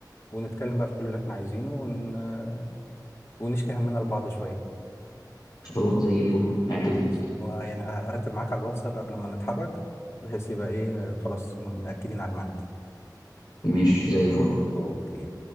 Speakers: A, on the left; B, on the left.
A: ونتكلم بقى في كل اللي احنا عايزينه ون... آه، ونشكي همنا لبعض شوية
B: خلاص زي الفل اعتمد
A: خلاص ويعني هرتب معاك على الواتساب قبل ما نتحرك بحيث يبقى ايه خلاص م- مأكدين على الميعاد
B: ماشي زي الفل
A: اوكي